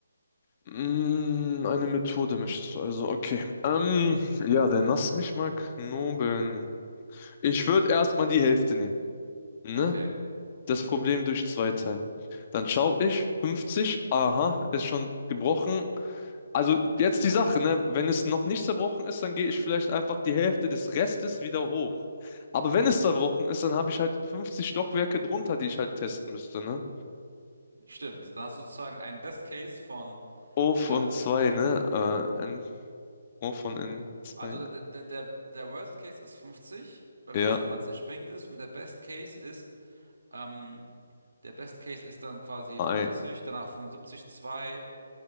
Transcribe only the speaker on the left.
Mm, eine Methode möchtest du also. Okay. Ähm, ja, dann lass mich mal knobeln. Ich würde erstmal die Hälfte nehmen. Ne?
Das Problem durch zwei teilen. Dann schaue ich, 50, aha, ist schon gebrochen. Also jetzt die Sache, ne? Wenn es noch nicht zerbrochen ist, dann gehe ich vielleicht einfach die Hälfte des Restes wieder hoch. Aber wenn es zerbrochen ist, dann habe ich halt fünfzig Stockwerke drunter, die ich halt testen müsste, ne?
O von
zwei, ne? Äh, N, O von n zwei.
ne?
Ja,
I,